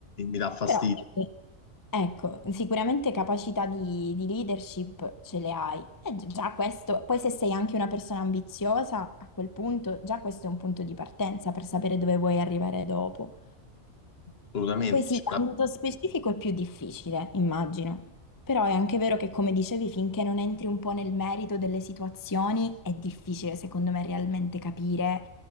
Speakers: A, on the left; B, on the left.
A: mi dà fastidio,
B: però quindi, ecco, sicuramente capacità di, di leadership ce le hai. E gi- già questo, poi se sei anche una persona ambiziosa, a quel punto già questo è un punto di partenza per sapere dove vuoi arrivare dopo.
A: assolutamente.
B: Poi sì, ambito specifico è più difficile, immagino. Però è anche vero che, come dicevi, finché non entri un po' nel merito delle situazioni, è difficile, secondo me, realmente capire